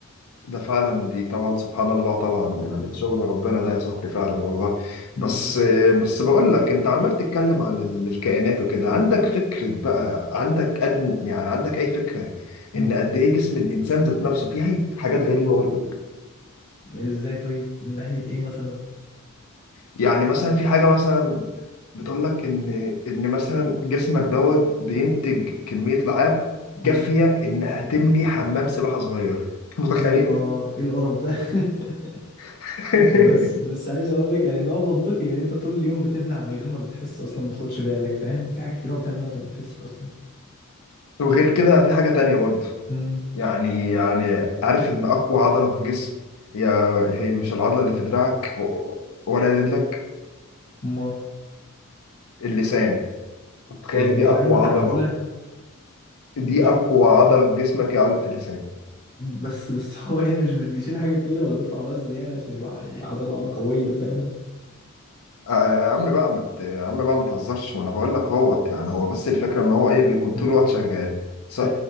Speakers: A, on the left (about 70°); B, on the left (about 45°).
A: ده فعلا دي طبعا سبحان الله طبعا يعني ده شغل ربنا ده يا صاحبي فعلا والله
B: مم.
A: بس بس بقول لك انت عمال تتكلم عن ال- الكائنات وكده عندك فكرة بقى عندك أدن يعني عندك اي فكرة
B: مم.
A: ان قد ايه جسم الانسان ذات نفسه فيه حاجات غريبة برضه
B: ازاي طيب من ناحية ايه مثلا
A: يعني مثلا في حاجة مثلا بتقول لك ان ان مثلا جسمك دوت بينتج كمية لعاب
B: مم.
A: كافية انها تبني حمام سباحة صغير متخيل
B: يلا ايه القرف ده <laughs>
A: <laughs>
B: بس بس عايز اقول لك يعني ده منطقي لان انت طول اليوم بتبلع من غير ما بتحس اصلا ما تاخدش بالك فاهم في حاجات كتير أوي بتعملها وانت ما بتحسش اصلا
A: وغير كده في حاجة تانية برضه
B: امم
A: يعني يعني عارف ان اقوى عضله في جسم هي هي مش العضله اللي في دراعك و- ولا رجلك
B: ما
A: اللسان تخيل
B: يا
A: دي
B: جدع
A: اقوى
B: انت
A: عضله
B: معقولة
A: دي
B: طب
A: اقوى عضله في جسمك هي عضله اللسان
B: بس بس <laughs> هو يعني مش مش بيشيل حاجة تقيلة ولا بيرفع وزن يعني عشان يبقى يعني عضلة قوية فاهم
A: آه، يا عم بقى ما ت- يا عم بقى ما تهزرش وانا بقول لك اهوت يعني هو بس الفكره ان هو ايه بيكون
B: مم.
A: طول الوقت شغال س-
B: ف